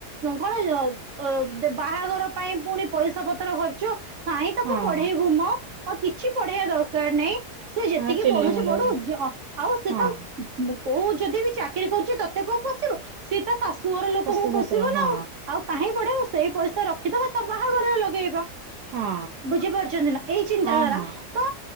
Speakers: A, on the right (about 60°); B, on the right (about 80°).
A: କଣ ବାହାଘର ପାଇଁ ପୁଣି ପଇସା ପତ୍ର ଖର୍ଚ୍ଚ କାଇହିଁ ତାକୁ
B: ହଁ
A: ପଢେଇବୁ ମଁ ଆଉ କିଛି ପଢେଇବା ଦରକାର ନା ନହିଁ ସେ ଯେତିକି
B: ହଁ ଚୁଲି
A: ପଢୁଛି
B: ମୁଣ୍ଡ
A: ପଢ଼ୁ ଯେ ଆଉ ସେ
B: ହଁ
A: ତ କୋଉ ଯଦି ବି ଚାକିରି କରୁଛି ତତେ କୋଉ ପଶିବୁ ସିଏ ତା ସା- ତୋର ଲୋକଙ୍କୁ
B: ଶାଶୁ ଶଶୁର
A: ପୋଶିବ
B: ହଁ
A: ନା ଆଉ ଆଉ କାହିଁ ପିବ ସେଇ ପଇସା ରଖିଥ ତ ବାହାଘରରେ ଲଗେଇବ।
B: ହଁ
A: ବୁଝିପାରୁଛନ୍ତି ନା ଏଇ ନ୍
B: ହଁ
A: ତା ଦଵାରା
B: ହଁ
A: ତ